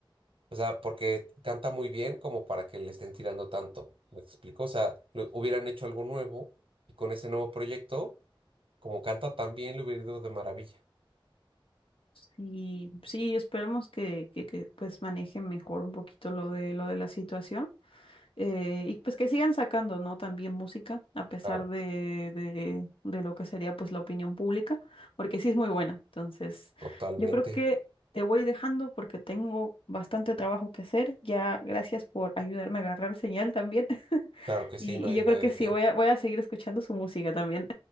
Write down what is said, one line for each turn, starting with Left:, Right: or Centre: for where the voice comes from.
Right: o sea, porque canta muy bien como para que le estén tirando tanto, ¿me explico? O sea, lo- hubieran hecho algo nuevo y con ese nuevo proyecto, como canta tan bien, le hubiera ido de maravilla.
Left: Y sí, esperemos que, que, que, pues manejen mejor un poquito lo de lo de la situación. eh, y pues que sigan sacando, ¿no? También música, a pesar
Right: Claro,
Left: de, de, de lo que sería pues la opinión pública, porque sí es muy buena. Entonces,
Right: totalmente.
Left: yo creo que te voy dejando porque tengo bastante trabajo que hacer. Ya, gracias por ayudarme a agarrar señal también. <laughs>
Right: Claro que sí,
Left: Y,
Right: no hay,
Left: y yo
Right: no
Left: creo
Right: hay
Left: que
Right: de
Left: sí,
Right: qué.
Left: voy a, voy a seguir escuchando su música también.